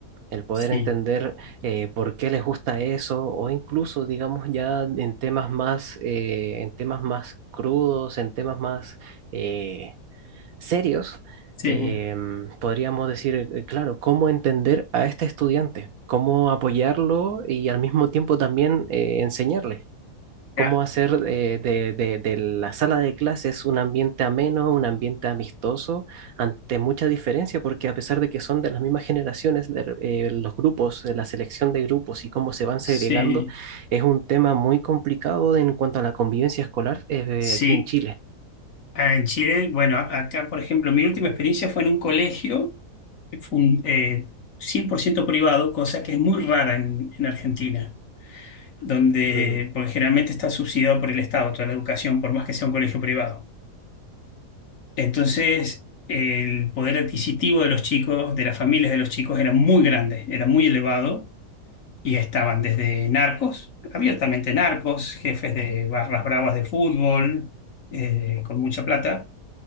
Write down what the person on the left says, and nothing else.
Sí,
sí,
ya,
sí,
sí.
Ah, En Chile, bueno, acá, por ejemplo, mi última experiencia fue en un colegio fun- eh, 100% privado, cosa que es muy rara en, en Argentina, donde,
porque generalmente está subsidiado por el Estado, toda la educación, por más que sea un colegio privado. Entonces, el poder adquisitivo de los chicos, de las familias de los chicos, era muy grande, era muy elevado, y estaban desde narcos, abiertamente narcos, jefes de barras bravas de fútbol, eh, con mucha plata,